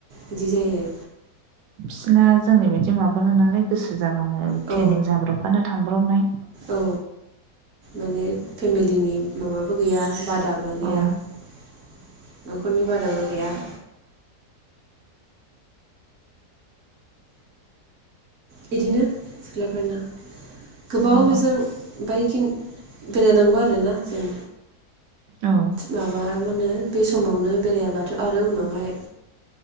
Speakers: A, on the right; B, on the right.
A: बिदि जायो
B: बिसिना जोंनि बायदि माबाला नालाय गोसो जाबाय ब्लानो
A: औ
B: क्लिनिक जाब्रबानो थांब्रबनाय
A: औ माने फेमिलिनि मादाबो गैया बादाबो गैया
B: औ
A: नखरनि बादाबो गैया। बिदिनो सिख्लाफोरना। गोबावजों
B: औ
A: बायखि बेरायनांगौ आरो ना जों।
B: औ
A: माबा माहोनो बे समावनो बेरायाबाथ आरो उनावहाय